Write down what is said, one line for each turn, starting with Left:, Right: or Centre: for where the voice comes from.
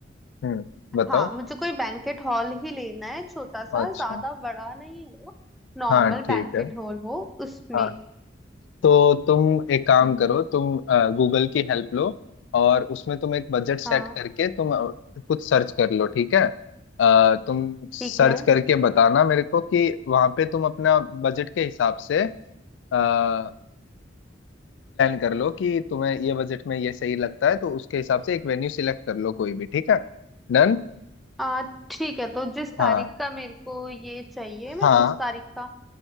Left: हम्म बताओ
Centre: हाँ मुझे कोई बैंकेट हॉल ही लेना है छोटा सा
Left: अच्छा
Centre: ज्यादा बड़ा नहीं हो नॉर्मल
Left: हाँ बताओ ठीक
Centre: बैंकेट
Left: है
Centre: हॉल हो उसमें
Left: हाँ तो तुम एक काम
Centre: हम्म
Left: करो तुम गूगल की हेल्प लो और उसमें तुम एक बजट सेट
Centre: हाँ
Left: करके तुम अ, कुछ सर्च कर लो ठीक है अ, तुम सर्च
Centre: ठीक है
Left: करके बताना मेरे को कि वहाँ पे तुम अपना बजट के हिसाब से प्लान कर लो कि तुम्हें ये बजट में ये सही लगता है तो उसके हिसाब से एक वेन्यू सिलेक्ट कर लो कोई भी ठीक है डन
Centre: आ ठीक है तो जिस तारीख
Left: हाँ
Centre: का मेरे को ये चाहिए मैं
Left: हाँ
Centre: उस तारीख का